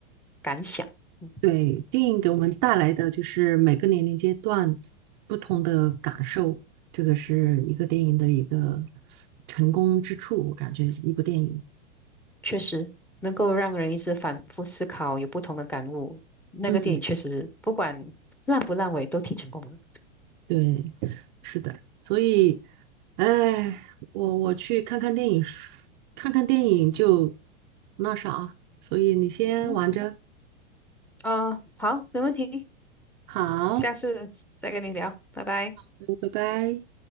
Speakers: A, in the centre; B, on the right.
A: 感想。嗯，
B: 对电影给我们带来的就是每个年龄阶段不同的感受，这个是一个电影的一个成功之处，我感觉一部电影，
A: 确实能够让人一直反复思考，有不同的感悟。那个电影确实不管烂不烂尾都挺成功的。
B: 嗯。对，是的，所以，哎，我我去看看电影，看看电影就那啥，所以你先玩着，
A: 嗯哼，啊、好，没问题。
B: 好，
A: 下次再跟你聊，拜拜。
B: 嗯拜拜。